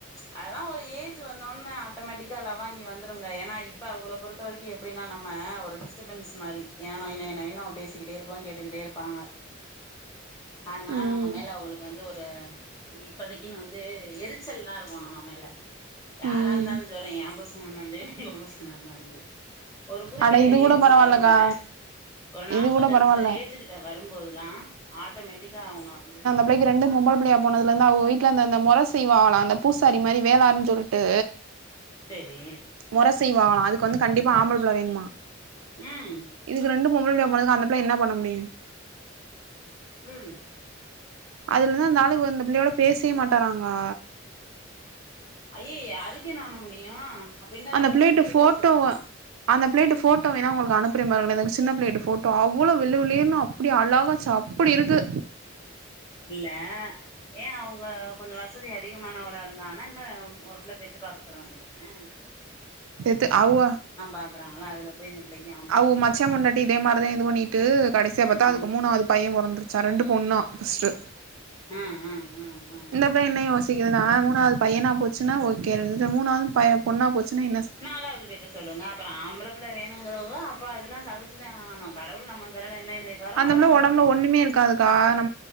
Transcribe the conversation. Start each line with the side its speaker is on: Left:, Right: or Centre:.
Left: அதெல்லா ஒரு ஏஜு வந்தோட்னே ஆட்டோமேட்டிக்கா லவ்வாங்கி வந்துருங்க ஏனா இப்ப அவுகள பொறு த்த வரைக்கு எப்டின்னா நம்ம ஒரு டிஸ்டர்பன்ஸ் மாரி ஏனா நொய் நொய் நொய்னு அவ பேசிக்கிட்டே இருப்பா கேட்டுக்கிட்டே இருப்பா அதனால
Right: ம்
Left: நம்ம மேல அவுகளுக்கு வந்து ஒரு இப்பதைக்குன்னு வந்து எரிச்சல் தா இருக் கு நம்ம மேல யார
Right: ம்
Left: இருந்தாலு சொல்றே எ புருஷனா இருந்தாலு செரி உங்க புரு ஷனா இருந்தாலு செரி ஒரு குறிப்பிட்ட
Right: அட இது
Left: ஏஜ்ஜு
Right: கூட பரவால்லக்கா
Left: வருல்ல ஒரு நாப்பத்தஞ்சு
Right: இது கூட பரவால்ல
Left: ஏஜ்ஜு கிட்ட வரும்போதுல்லா ஆட்டோமேட்டிக்கா அவுங்க வந்து
Right: புள்ளைக்கு ரெண்டு பொம்பள புள்ளையா போனதுலருந்து அவுக வீட்ல இந்தந்த மொற செய்வாலா அந்த பூசாரி மாரி வேளார்ன் சொல்லிட்டு
Left: செரி
Right: மொற செய்வாலா அதுக்கு வந்து கண்டிப்பா ஆம்பள புள்ள வேணுமா
Left: ம்
Right: இதுக்கு ரெண்டு பொம்பள புள்ளையா பொறந்த அந்த புள்ள என்னா பண்ண முடியு
Left: ம்
Right: அதுல இருந்து அந்த ஆளு இந்த பிள்ளையோட பேசே மாட்டாராங்கா
Left: ஐயைய அதுக்கே என்னா பண்ண முடியு அப்டின்னா
Right: அந்த
Left: ரெண்டு
Right: பிள்ளைட்ட
Left: மூணு பெத்துக்கற
Right: ஃபோட்டோவ
Left: சொல்லுங்க
Right: அந்த பிளேட்ட போட்டோ வேணா உங்களுக் அனுப்பறே பாருங் இந்த சின்ன பிள்ளேட்ட போட்டோ அவ்ளோ வெள்ள வெள்ளேன்னு வெளிலலேன்னும் அப்டி அழகா ச்சு அப்டி இருக்கு
Left: இல்ல ஏன் அவங்க கொஞ்சோ வசதி அதிகமானவளா இருந்தாங்னா இன்னு ஒரு புள்ள பெத்து பாக்க சொல்ல வேண்டியதான
Right: எத்து அவ்வ
Left: பாக்குறாங்களா அதுல போய் இந்த பிள்ளைக்கு ஆம்பள
Right: அவு
Left: பிள்ள
Right: மச்சான்
Left: இருக்கா
Right: பொண்டாட்டி இதே மாரிதா இது பண் ட்டு கடைசியா பாத்தா
Left: ம்
Right: அதுக்கு மூணாவது பையன் பொறந்துருச்சா ரெண்டு பொண்ணா ஃபர்ஸ்ட்டு
Left: ம் ம் ம் ம்
Right: இந்த பையன் என்ன யோசிக்குதுனா மூணாவது பையனா போச்சுன்னா ஓகே மூணாவது ப பொண்ணா போச்சுன்னா என்
Left: நாலாவது பெக்க சொல்லுங்க அப்பறோ ஆம்பள புள்ள வேணுங்கிறவோ அப்போ அதெல்லா சலிச்சுதா ஆனு கடவுள் நம்ம தரல என்ன எழுதி இருக்காரோ
Right: அந்த
Left: அதா
Right: புள்ள
Left: நடக்கு
Right: உடம்புல ஒண்ணுமே இருக்காதுக்கா நம்